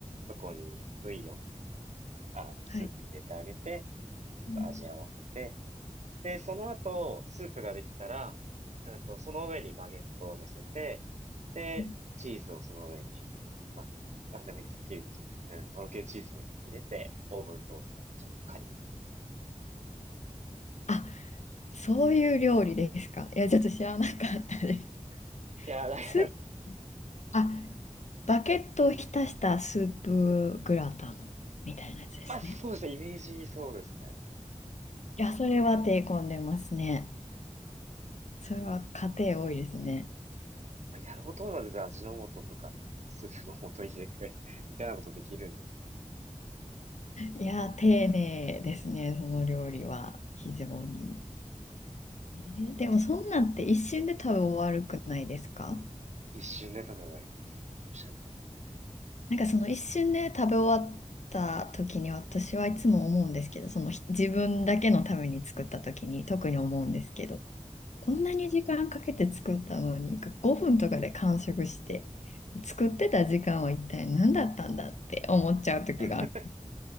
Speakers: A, on the right (about 65°); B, on the left (about 65°).
A: そこにブイヨン、あの、スープ入れてあげて、
B: はい。
A: ちょっと味合わせて、
B: うん
A: で、その後、スープができたら、うんと、その上にバゲットを乗せて、で、
B: うん
A: チーズをその上に、まあ、なんでもいいですか、キュウリチーズ、うん、とろけるチーズもいいんですけど、入れて、オーブントースター、ちょっとカリッとさせたら。
B: あ、そういう料理ですか。いや、ちょっと知らなかったで
A: いや、だから、
B: す。ス、あ、バゲットを浸したスープグラタンみたいなやつですね。
A: <laughs> まあ、そうですね、イメージそうですね。
B: いや、それは手込んでますね。それは家庭多いですね。
A: まあ、やろうと思えば全然味の素とか、スープの素入れて、<laughs> みたいなことできるんですけど、
B: いや、丁寧ですね、その料理は、非常に。えーでも、そんなんって一瞬で食べ終わるくないですか
A: 一瞬で食べ終わります。おっしゃる通り。
B: なんかその一瞬で食べ終わった時に私はいつも思うんですけど、そのひ自分だけのために作った時に特に思うんですけど、
A: はい。はい、
B: こんなに時間かけて作ったのに5分とかで完食して、作ってた時間は一体何だったんだって思っちゃう時があ
A: <laughs>